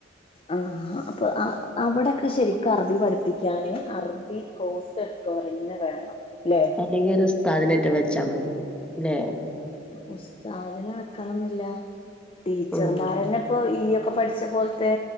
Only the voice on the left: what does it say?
ആഹ് ആ ആ അപ്പൊ അ അവിടൊക്കെ ശരിക്കും അറബി പഠിപ്പിക്കാന് അറബി കോഴ്സെടുത്തോലന്നെ വേണം ല്ലെ
ഉസ്താദിനെ വെക്കണംന്നില്ല ടീച്ചർമാരന്നെ
ഇപ്പൊ ഈയൊക്കെ പഠിച്ച പോലത്തെ